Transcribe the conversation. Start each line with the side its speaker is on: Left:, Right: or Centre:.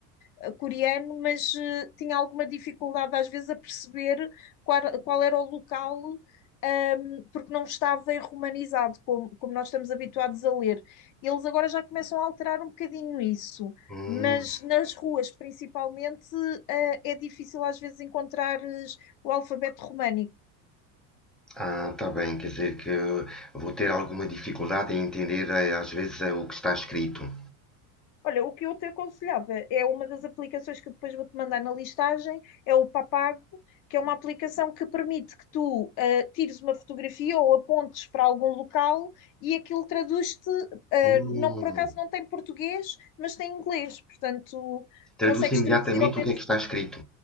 Left: eh, Coreano, mas eh, tinha alguma dificuldade às vezes a perceber qual, qual era o local, ahm, porque não estava em romanizado, como, como nós estamos habituados a ler. Eles agora já começam a alterar um bocadinho isso,
Centre: Hum,
Left: mas nas ruas, principalmente, eh, é difícil às vezes encontrares o alfabeto românico.
Centre: ah, tá bem, quer dizer que eu vou ter alguma dificuldade em entender eh, às vezes eh, o que está escrito.
Left: Olha, o que eu te aconselhava é uma das aplicações que eu depois vou-te mandar na listagem, é o Papago, que é uma aplicação que permite que tu eh, tires uma fotografia ou apontes para algum local e aquilo traduz-te, eh,
Centre: Hum,
Left: não, por acaso não tem português, mas tem inglês, portanto
Centre: traduz
Left: consegues
Centre: imediatamente
Left: traduzir ao menos.
Centre: o que é que está escrito.